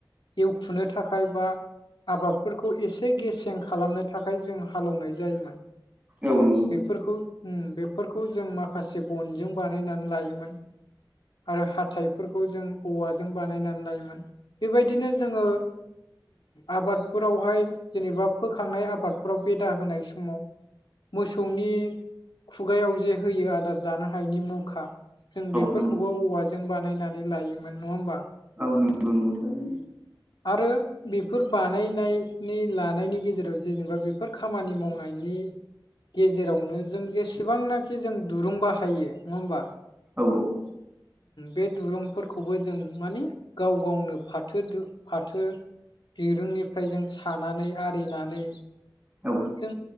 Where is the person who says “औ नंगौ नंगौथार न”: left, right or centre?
Right